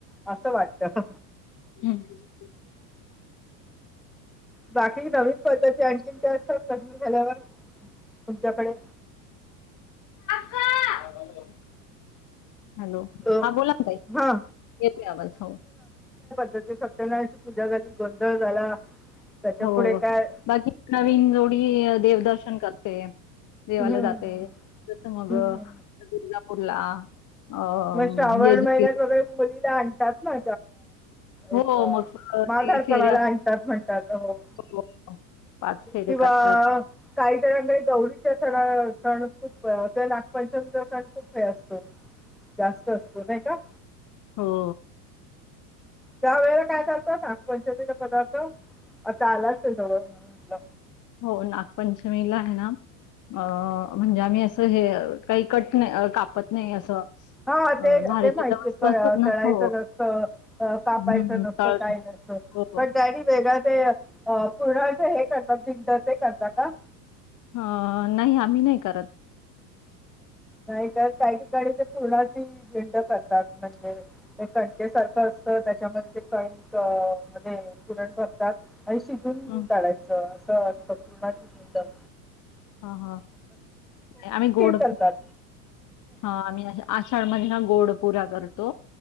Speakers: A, in the centre; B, on the left (about 40°).
A: <inaudible> असं वाटत.
B: हम्म
A: बाकी काही. स्वतःचे आणखीन का अस लग्न झाल्यावर, तुमच्याकडे
B: हा. हॅलो,
A: अ
B: हा बोला ना ताई
A: हा
B: येतोय आवाज हो.
A: ते सत्यनारायणची पूजा झाली गोंधळ झाला. त्याच्या
B: हो
A: पुढे काय
B: बाकी नवीन जोडी देवदर्शन करते. देवाला
A: हम्म
B: जाते
A: हम्म
B: तस मग
A: हम्म
B: तुळजापूरला. अ
A: मग श्रावण
B: जेजुरी
A: महिन्यात वगैरे मुलीला आणतात ना.
B: हो
A: एक
B: मग स-
A: माघार
B: ते फेऱ्या
A: पणाला आणतात म्हणतात हो.
B: असतात, पाच फेरे
A: किंवा
B: करतात
A: काही जणांकडे गौरीच्या सणाला सण खूप त्या नागपांचमीचा सण खूप हे असतो. जास्त असतो नाही का.
B: हो.
A: त्या वेळला काय करतं ना पंचमीला पदार्थ, आता आलाच जवळण म्हटलं.
B: हो नागपंचमीला आहे ना. अ म्हणजे आम्ही असं हे काही कट नाही कापत नाही असं.
A: हा
B: अ,
A: ते
B: धारेच्या
A: ते माहिती
B: ज्या वस्तू
A: तळायच
B: असतात ना
A: यचं
B: हो.
A: नसतं कापायचं
B: हं,
A: नसत
B: तळण
A: काय नसत.
B: हो, हो.
A: पण त्या आधी वेगळा ते अ पुढ असं हे करतात पिंपच ते करतात का.
B: अ नाही आम्ही नाही करत.
A: नाहीत काही ठिकाणी ते पुरणाची झेंड करतात म्हणजे ते कानक्की सरक असं ते त्याच्यामध्ये ते कही म्हण पुरण भरतात. आणि शिजून
B: हं,
A: काढायचं असं असतं पूर्णाची धिरडे.
B: ह ह आम्ही गोड,
A: करतात.
B: हा आम्ही नाही. आषाड महीना गोड पुऱ्या करतो